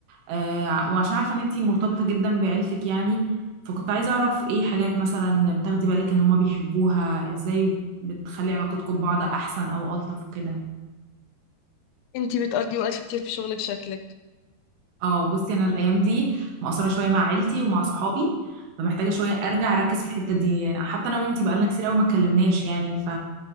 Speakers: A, on the right; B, on the left.
A: آه، وعشان عارفة ان انتي مرتبطة جدا بعيلتك يعني فكنت عايزة اعرف ايه حاجات مثلا بتاخدي بالك ان هما بيحبوها ازاي بتخلي علاقتكم ببعض احسن او الطف وكده
B: انت بتقضي وقت كتير في شغلك شكلك
A: اه بصي انا الايام دي مقصره شويه مع عيلتي ومع صحابي فمحتاجه شويه ارجع اركز في الحته دي حتى انا وانتي بقالنا كتير قوي ما اتكلمناش يعني ف